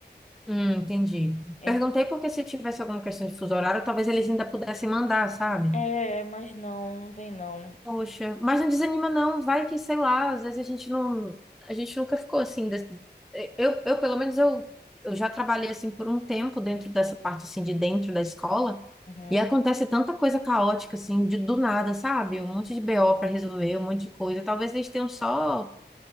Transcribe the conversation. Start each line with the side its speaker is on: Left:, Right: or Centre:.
Centre: hum, entendi.
Left: É,
Centre: Perguntei porque se tivesse alguma questão de fuso horário, talvez eles ainda pudessem mandar, sabe?
Left: é, mas não, não tem não.
Centre: Poxa, mas não desanima não, vai que, sei lá, às vezes a gente não, a gente nunca ficou assim, des- eu, eu pelo menos eu, eu já trabalhei assim por um tempo dentro dessa parte assim de dentro da escola,
Left: Uhum.
Centre: e acontece tanta coisa caótica assim, de do nada, sabe? Um monte de BO para resolver, um monte de coisa, talvez eles tenham só